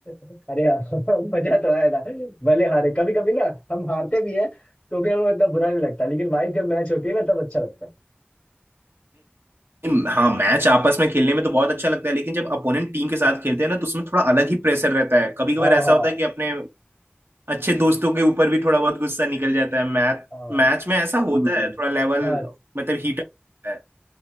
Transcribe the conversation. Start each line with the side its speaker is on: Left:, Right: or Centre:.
Left: अरे हाँ <laughs> मजा तो आया था भले हारे कभी कभी ना हम हारते भी हैं तो भी हमें उतना बुरा नहीं लगता लेकिन भाई जब मैच होती है ना तब अच्छा लगता है
Right: नहीं हाँ मैच आपस में खेलने में तो बहुत अच्छा लगता है लेकिन जब अपोनेंट टीम के साथ खेलते हैं ना तो उसमें थोड़ा अलग ही प्रेशर रहता है कभी कभार
Left: हाँ
Right: ऐसा
Left: हाँ
Right: होता है कि अपने अच्छे दोस्तों के ऊपर भी थोड़ा बहुत गुस्सा निकल जाता है मैच
Left: हाँ भाई
Right: मैच में ऐसा होता है हम्म। थोड़ा लेवल
Left: हाँ
Right: मतलब हीट अप होता है